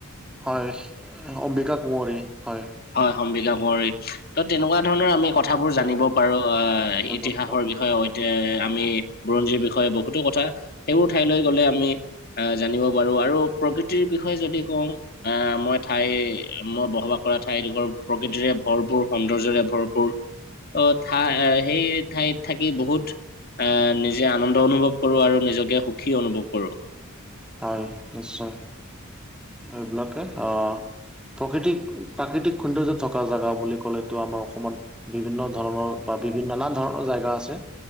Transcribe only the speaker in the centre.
হয় অম্বিকা কুঁৱৰী হয়।
উম,
শিৱদৌল
হয় নিশ্চয়, এইবিলাকে অ প্ৰকৃতিক প্ৰাকৃতিক সৌন্দৰ্য থকা জেগা বুলি ক'লেটো আমাৰ অসমত বিভিন্ন ধৰণৰ বা বিভিন্ন নানা ধৰণৰ জেগা আছে